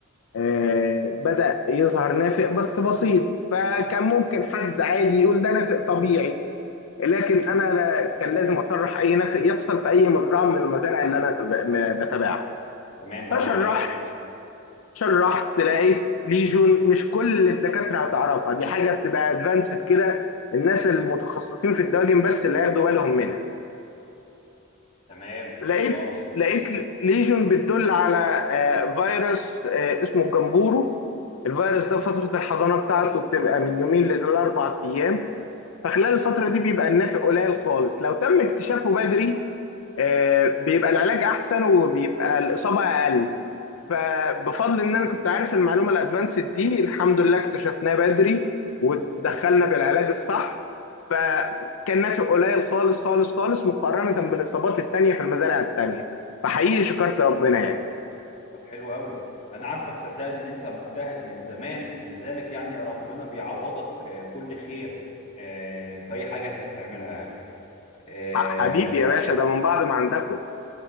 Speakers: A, on the left (about 80°); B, on the left (about 35°).
A: آه، بدأ يظهر نافق بس بسيط فكان ممكن حد عادي يقول ده نافق طبيعي لكن أنا لا- كان لازم أشرح أي نافق يحصل في أي مزرعة من المزارع اللي أنا تب- م- بتابعها
B: تمام برافو
A: فشرحت
B: عليك
A: شرحت لقيت ليجون مش كل الدكاترة هتعرفها دي حاجة بتبقى ادفانسد كده الناس المتخصصين في الدواجن بس اللي هياخدوا بالهم منها
B: تمام
A: لقيت
B: حلو خالص
A: لقيت ليجون بتدل على آه، فيروس آه، اسمه الجمبورو الفيروس ده فترة الحضانة بتاعته بتبقى من يومين لأربع أيام فخلال الفترة دي بيبقى النافق قليل خالص لو تم اكتشافه بدري آه، بيبقى العلاج أحسن وبيبقى الإصابة أقل فبفضل ان انا كنت عارف المعلومه الادفانسد دي الحمد لله اكتشفناها بدري ودخلنا بالعلاج الصح فكان نافع قليل خالص خالص خالص مقارنه بالاصابات التانيه في المزارع التانيه فحقيقي شكرت ربنا يعني
B: طب حلو قوي انا عارفك صدقني ان انت مجتهد من زمان لذلك يعني ربنا بيعوضك آه، كل خير آه، في اي حاجه انت بتعملها آه،
A: ح- حبيبي يا باشا ده من بعض ما عندكم